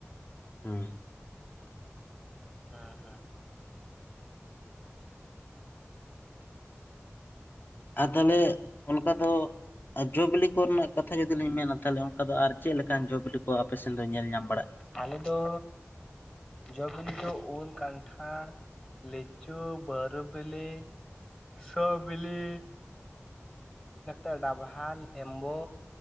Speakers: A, on the left; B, on the left.
A: ᱦᱩᱸ
B: ᱦᱩᱸ ᱦᱩᱸ
A: ᱟᱨ ᱛᱟᱦᱚᱞᱮ ᱚᱱᱠᱟ ᱫᱚᱼᱼ ᱟᱨ ᱡᱚ ᱵᱤᱞᱤ ᱠᱚ ᱨᱮᱱᱟᱜ ᱠᱟᱛᱷᱟ ᱡᱚᱫᱤ ᱞᱤᱧ ᱢᱮᱱᱟ ᱛᱟᱦᱚᱞᱮ ᱚᱱᱠᱟ ᱫᱚ ᱟᱨ ᱪᱮᱫ ᱞᱮᱠᱟᱱ ᱡᱚ ᱵᱤᱞᱤ ᱠᱚ ᱟᱯᱮ ᱥᱮᱱ ᱫᱚ ᱧᱮᱞ ᱧᱟᱢᱼᱼ
B: ᱟᱞᱮ ᱫᱚ ᱡᱚᱼᱵᱤᱞᱤ ᱫᱚ ᱤᱞ ᱠᱟᱱᱴᱷᱟᱲᱼᱼ ᱞᱤᱪᱩ ᱵᱟᱨᱩᱵᱤᱞᱤ ᱥᱚᱵᱤᱞᱤᱼ ᱱᱮᱛᱮ ᱰᱟᱵᱷᱟ ᱞᱮᱢᱵᱳ